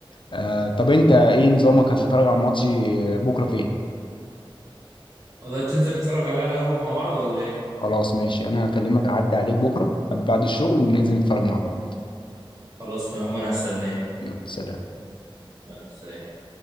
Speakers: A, on the left; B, on the right.
A: آه طب انت ايه نظامك هتتفرج على الماتش بكره فين
B: والله تنزل نتفرج عليها على القهوه مع بعض ولا ايه
A: خلاص ماشي انا هكلمك اعدي عليك بكره بعد الشغل وننزل نتفرج مع بعض
B: خلاص تمام وانا هستناك
A: يلا سلام
B: يلا سلام